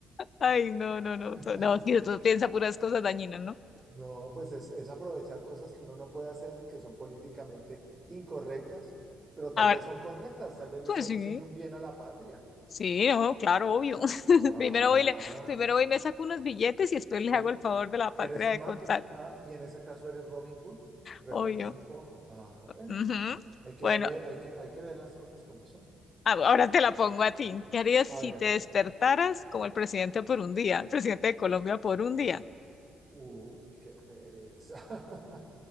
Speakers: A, on the left; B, on the right.
A: Ay, no, no, no.
B: <laughs>
A: tú- No, mira, tú piensas puras cosas dañinas, ¿no?
B: No, pues es, es aprovechar cosas que uno no puede hacer, y que son políticamente incorrectas, pero tal
A: A
B: vez
A: ver,
B: son correctas, tal vez le
A: pues
B: estás
A: sí.
B: haciendo un bien a la patria,
A: Sí, no, claro, obvio.
B: ¿no?
A: <laughs>
B: Ah,
A: Primero voy, y le, primero voy y me saco unos billetes y después les hago
B: er-
A: el favor de la patria
B: eres un
A: de
B: Martin,
A: contar.
B: ah, y en ese caso eres Robin Hood, repartes
A: Obvio.
B: un poco. Ah, bueno,
A: Ujú.
B: hay que
A: Bueno.
B: verle, hay que, hay que ver las cosas como son.
A: Ah, Ahora te la pongo a ti. ¿Qué harías
B: A
A: si
B: ver.
A: te despertaras como el presidente por un día, el presidente de Colombia por un día?
B: Uy, qué pereza. <laughs>